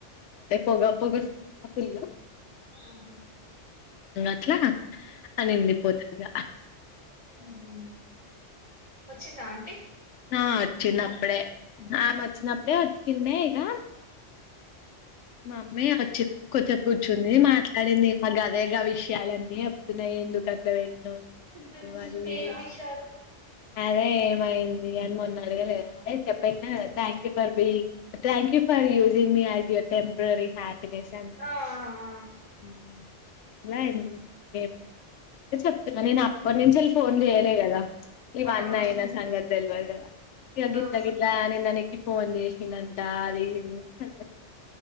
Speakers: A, on the left; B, on the right.
A: పొగా <inaudible>
B: ఆహా
A: అట్లా అనింది పోతది ఇగ
B: మ్మ్ వచ్చిందా ఆంటీ
A: ఆ వచ్చింది అప్పుడే ఆ వచ్చినప్పుడే వచ్చిందే ఇక మమీ అచ్చ కొథ కూర్చుంది మాట్లాడింది మా గవేగా విషయాలన్నీ చెప్తున్నాయి ఎందుకు అట్లా పెట్టినావు స్టేటస్
B: ఇద్దరుకుంచుమే
A: అది ఇది
B: విషాలు
A: అదే ఏమైంది అని మొన్న అడిగాలే అదే చెప్పట్ thank you for being, thank you for using మీ ఆయ్ టెం ప్రరీ హాపీనెస్ అని
B: ఆ ఆ
A: <inaudible> ఏమైనా <inaudible> చెప్తున్నా నేను అప్పటి నుంచెళ్ ఫోన్ జేయలే గదా ఇవన్నీ
B: ఆ ఆ
A: ఐన సంగతి దెల్వదు <inaudible> ఇగ గిట్ల
B: అవును
A: గిట్లా నిన్న నీకి ఫోన్ చేసిందంట అది ఇది <inaudible>